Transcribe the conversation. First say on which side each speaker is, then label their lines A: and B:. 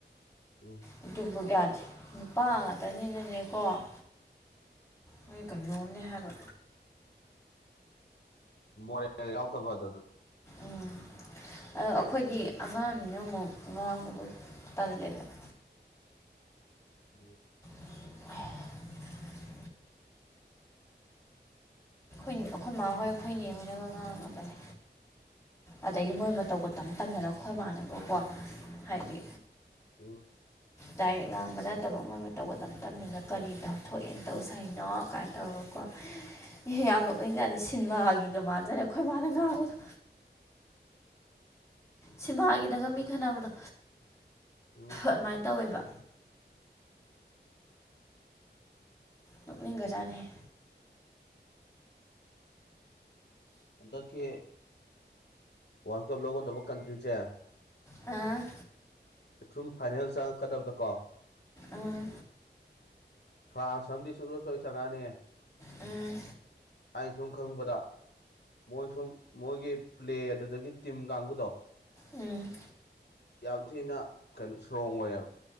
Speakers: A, on the left; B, on the left.
A: ꯎꯝ
B: ꯕ <unintelligible> ꯌꯥꯗꯦ ꯅꯨꯄꯥ ꯉꯥꯛꯇꯅꯤꯅꯅꯦꯀꯣ ꯃꯣꯏ ꯀꯩꯅꯅꯣꯝꯅꯦ ꯍꯥꯏꯕ
A: ꯃꯣꯔꯦꯜ ꯌꯥꯎꯗꯕ ꯗꯣ ꯑꯗꯨꯅꯤ
B: ꯎꯝ ꯑꯗꯣ ꯑꯩꯈꯣꯏꯗꯤ ꯑꯉꯥꯡꯅꯤꯅ ꯃꯨꯛ ꯉꯥꯡꯕꯗꯣ ꯇꯜꯂꯦꯕ <inaudible>
A: ꯎꯝ
B: <inaudible> ꯑꯩꯈꯣꯏ ꯑꯩꯈꯣꯏ ꯃꯥ ꯍꯣꯏ ꯑꯩꯈꯣꯏ ꯅꯦ ꯍꯣꯏꯅꯒ ꯉꯥꯡꯉꯕꯅꯦ ꯑꯗꯒꯤ ꯃꯣꯏ ꯃꯇꯧꯒ ꯇꯝ ꯇꯝꯗꯅ ꯈꯣꯢ ꯃꯥꯟꯅꯕꯀꯣ ꯍꯥꯏꯗꯤ
A: ꯎ
B: ꯗꯥꯏꯔꯦꯛ ꯉꯥꯡꯕ ꯅꯠꯇꯕ ꯃꯣꯢ ꯃꯇꯧꯒ ꯇꯝ ꯇꯝꯗꯅ ꯀꯔꯤ ꯇꯧꯊꯣꯛꯑꯦꯅ ꯇꯧ ꯁꯥꯢꯅꯣ ꯀꯥꯢꯟ ꯇꯧꯔꯒ <inaudible> ꯏꯍꯦ ꯌꯥꯝ ꯅꯣꯛꯅꯤꯡꯖꯥꯅꯤ ꯁꯤꯅꯤꯃꯥꯒꯤꯒ ꯃꯥꯟꯖꯥꯠꯅꯦ ꯑꯩꯈꯣꯏ ꯃꯥꯅ ꯉꯥꯡꯕꯗ ꯁꯤꯃꯥꯒꯤꯗꯒ ꯃꯤ ꯈꯟꯅꯕꯗꯣ
A: ꯎꯝ
B: ꯑꯗꯨꯃꯥꯏ ꯇꯧꯋꯦꯕ ꯅꯣꯛꯅꯤꯡꯒ꯭ꯔ ꯖꯥꯅꯤꯍꯦ
A: ꯍꯟꯗꯛꯀꯤ ꯋꯥꯔꯜ ꯀꯞ ꯂꯧꯒꯗꯕ ꯀꯟꯇ꯭ꯔꯤꯖꯦ
B: ꯑ
A: ꯑꯊꯨꯝ ꯐꯥꯏꯅꯦꯜ ꯆꯪꯉꯛꯀꯗꯕꯗ ꯀꯣ
B: ꯑꯥ
A: ꯐ꯭ꯔꯥꯟꯁ ꯑꯃꯗꯤ ꯁꯨꯡ ꯁꯣꯏ ꯁꯣꯢꯗ ꯆꯪꯉꯑꯅꯤ
B: ꯑꯝ
A: ꯑꯩꯅ ꯁꯨꯝ ꯈꯪꯕꯗ ꯃꯣꯏ ꯁꯨꯝ ꯃꯣꯏꯒꯤ ꯄ꯭ꯂꯦ ꯑꯗꯨꯗꯒꯤ ꯇꯤꯝ ꯀꯥꯡꯕꯨꯗꯣ
B: ꯎꯝ
A: ꯌꯥꯝ ꯊꯤꯅ ꯀꯩꯅꯣ ꯏꯁꯇ꯭ꯔꯣꯡ ꯑꯣꯏꯌꯦꯕ